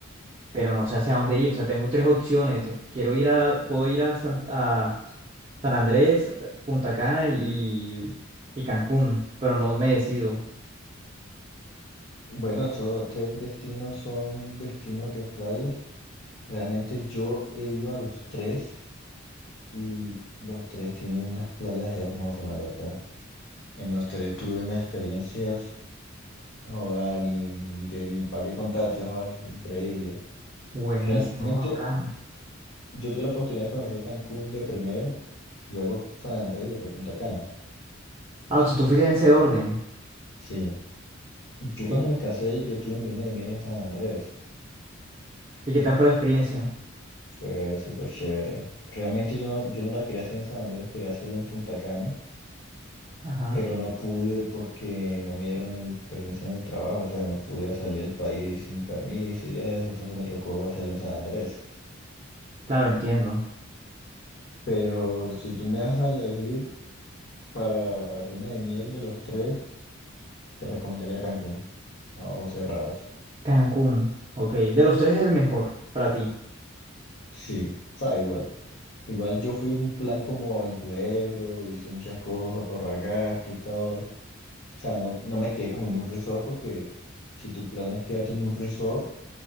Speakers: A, on the right; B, on the left.
A: pero no sé hacia dónde ir. O sea, tengo tres opciones. Te- Quiero ir a, puedo ir a San, a San Andrés, eh, Punta Cana y, y Cancún, pero no me decido.
B: Bueno, estos tres destinos son destinos de playas. Realmente yo he ido a los tres y los tres tienen unas playas hermosas, la verdad. En los tres tuve unas experiencias, joda, ni, ni que ni para qué contarte, joda, es increíble.
A: Buenísimo,
B: Realmente
A: ah, bacano.
B: yo tuve la oportunidad de conocer Cancún de primero, luego San Andrés y después Punta Cana.
A: Ah, o sea, tú fuiste en ese orden.
B: Sí. Y Yo
A: ¿Y,
B: cuando me casé, yo tuve mi luna de miel en San Andrés
A: y qué tal fue la experiencia?
B: Fue súper chévere. Realmente yo no, yo no la quería hacer en San Andrés, quería hacerla en Punta Cana,
A: Ajá.
B: pero no pude porque no me dieron el permiso en el trabajo, o sea, no podía salir del país sin permiso y eso, entonces me tocó hacerlo en San Andrés.
A: Claro, entiendo.
B: Pero si tú me vas a elegir para luna de miel de los tres, te recomendaría Cancún, a ojos cerrados.
A: Cancún, ok. De los tres, el mejor para ti.
B: Sí, sabe igual. Igual yo fui en un plan como aventurero, hice muchas cosas para ahorrar gasto y todo. O sea, no, no me quedé como en un resort porque si tu plan es quedarte en un resort